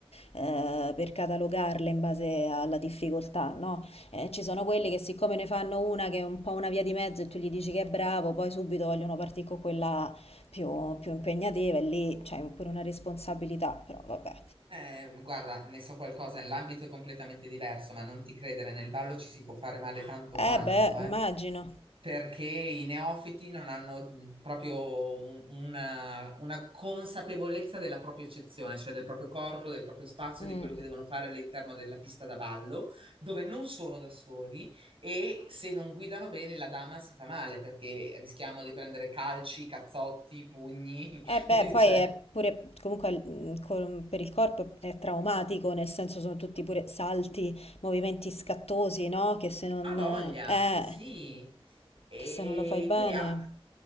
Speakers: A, on the left; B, on the right.
A: eh, per catalogarle in base alla difficoltà, no? Eh, ci sono quelli che siccome ne fanno una che è un po' una via di mezzo e tu gli dici che è bravo, poi subito vogliono partire con quella più, più impegnativa e lì c'è pure una responsabilità, però vabbè.
B: Eh, guarda, ne so qualcosa, l'ambito è completamente diverso, ma non ti credere, nel ballo ci si può fare male tanto quanto,
A: Eh beh,
B: eh,
A: immagino.
B: perché i neofiti non hanno mh, proprio un- una, una consapevolezza della propria eccezione, cioè del proprio corpo, del proprio spazio,
A: Mm.
B: di quello che devono fare all'interno della pista da ballo, dove non sono da soli e se non guidano bene la dama si fa male, perché rischiamo di prendere calci, cazzotti, pugni,
A: Eh beh,
B: <laughs>
A: poi
B: cioè...
A: è pure, comunque mm, col- per il corpo è traumatico, nel senso sono tutti pure salti, movimenti scattosi, no? Che se non,
B: Ha voglia,
A: eh,
B: sì. E
A: che se non lo fai bene.
B: quindi ah,